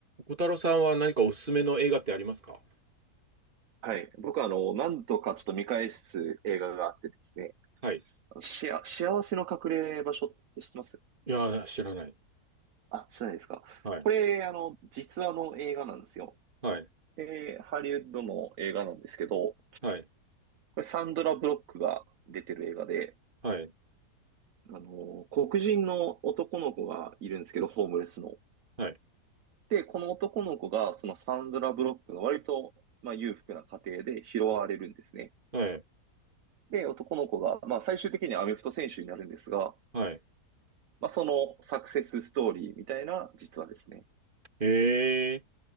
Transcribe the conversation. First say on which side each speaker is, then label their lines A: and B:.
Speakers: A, on the right; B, on the right.
A: 小太郎さんは何かおすすめの映画ってありますか
B: はい。僕は、あの、何度かちょっと見返す映画があってですね、
A: はい。
B: あのしあ、幸せの隠れ場所って知ってます
A: いやー、知らない。
B: あ、知らないですか。
A: はい。
B: これ、あの、実話の映画なんですよ。
A: はい。
B: えハリウッドの映画なんですけど、こ
A: はい。
B: れサンドラ・ブロックが出てる映画で、
A: はい。
B: あの、黒人の男の子がいるんですけど、ホームレスの。
A: はい。
B: で、この男の子が、そのサンドラ・ブロックの割と、まあ、裕福な家庭で拾われるんですね。
A: はい。
B: で、男の子が、まあ、最終的にはアメフト選手になるんですが、
A: はい。
B: まあ、そのサクセスストーリーみたいな実話ですね。
A: え